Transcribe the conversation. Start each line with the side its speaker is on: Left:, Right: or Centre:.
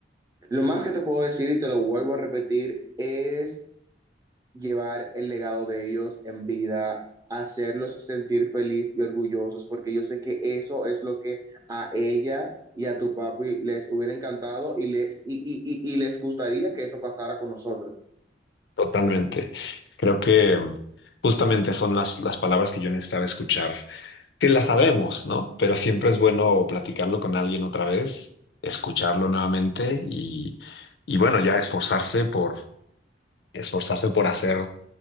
Right: lo más que te puedo decir y te lo vuelvo a repetir es llevar el legado de ellos en vida, hacerlos sentir feliz y orgullosos, porque yo sé que eso es lo que a ella y a tu papi les hubiera encantado y les, y, y, y y les gustaría que eso pasara con nosotros.
Left: Totalmente. Creo que mm, justamente son las, las palabras que yo necesitaba escuchar, que las sabemos, ¿no? Pero siempre es bueno platicarlo con alguien otra vez, escucharlo nuevamente y, y bueno, ya esforzarse por, esforzarse por hacer.